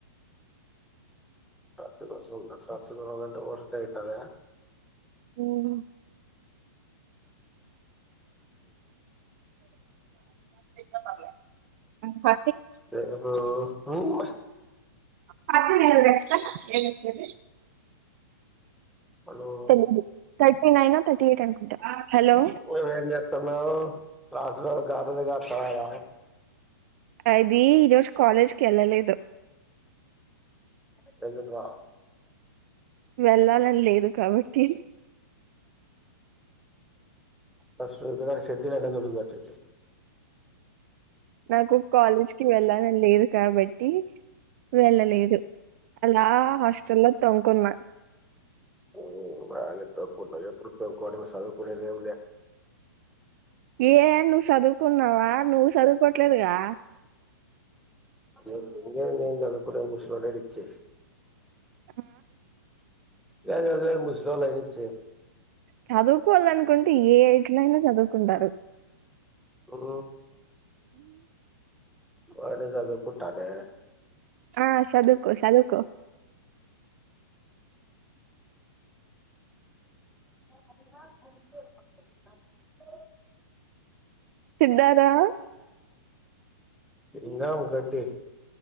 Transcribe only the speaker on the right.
హ్మ్ <inaudible> <inaudible> ఆ హా
పాలన <unintelligible>
తెలియదు నైనాథర్టీ ఎయిట్ అనుకుంటా హలో
అది ఈరోజు కాలేజ్ కేళ్ళలేదు
వెళ్ళాలని లేదు కాబట్టి
నాకు కాలేజ్కి వెళ్ళాలని లేదు కాబ టి వెళ్ళలేదు అలా హాస్టల్లో తొంకున్నా
ఏ నువ్వు చదువుకున్నావా నువ్వు చదువుకోట్లేదుగా
ఆ
చదువుకోవల్ల అనుకుంటే ఏ ఏజ్ లో ఐనా చదువుకో కుంటారు
ఆ సదువుకో సదువుకో
తిద్ధారా